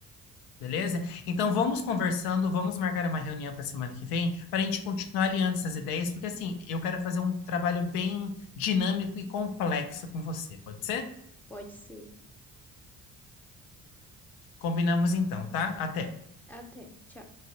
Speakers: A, on the left; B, in the centre.
A: Beleza? Então
B: Aham,
A: vamos conversando, vamos marcar uma reunião para semana que vem para a gente continuar alinhando essas ideias, porque assim, eu quero fazer um trabalho bem dinâmico e complexo com você, pode ser?
B: pode ser.
A: Combinamos então, tá? Até.
B: Até. Tchau.